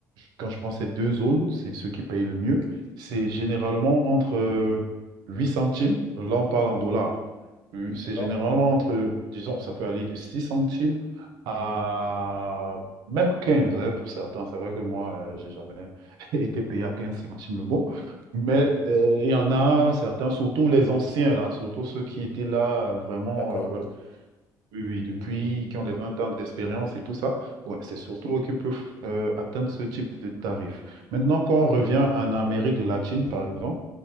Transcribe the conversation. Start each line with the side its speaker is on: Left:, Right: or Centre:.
Right: quand je prends ces deux zones, c'est ceux qui payent le mieux. C'est généralement entre euh, 8 centimes, là on parle en dollars. Euh, C'est
Left: D'accord.
Right: généralement entre, disons, ça peut aller de 6 centimes à même 15 hein, pour certains. C'est vrai que moi, euh, j'ai jamais <laughs> été payé à 15 centimes le mot. Mais euh, il y en a certains, surtout les anciens là, surtout ceux qui étaient là euh, vraiment
Left: D'accord.
Right: euh,
Left: Oui,
Right: oui, oui, depuis
Left: oui, oui.
Right: qu'ils ont les 20 ans d'expérience et tout ça, ouais, c'est surtout eux qui peuvent euh, atteindre ce type de tarif. Maintenant, quand on revient en Amérique latine, par exemple,